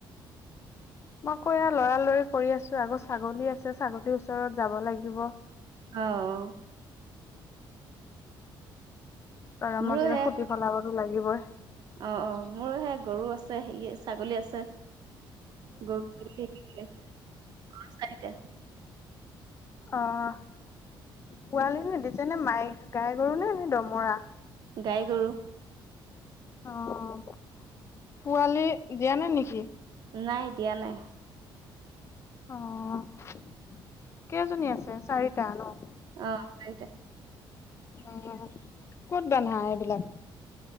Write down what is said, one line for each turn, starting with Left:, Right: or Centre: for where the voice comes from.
Left: মই আকৌ লৰালৰি কৰি আছো আগৌ ছাগলী আছে ছাগলীৰ ওচৰত যাব লাগিব
Right: অ'
Left: গৰমৰ
Right: মোৰো
Left: দিনত
Right: সে
Left: খুটি বনাবতো লাগিবই
Right: অ' অ' মোৰো সে গৰু আছে হে ছাগলী আছে গৰু <unintelligible> অ' চাৰিতা
Left: অ' পোৱালি নে দিছেনে মাই গাই গৰু নে ন দমৰা
Right: গাই গৰু
Left: অ' পোৱালি দিয়া নাই নেকি?
Right: নাই দিয়া নাই।
Left: অ', কেইজনী আছে? চাৰিটা ন?
Right: অ', চাৰিটা।
Left: উম, ক'ত বান্ধা এইবিলাক?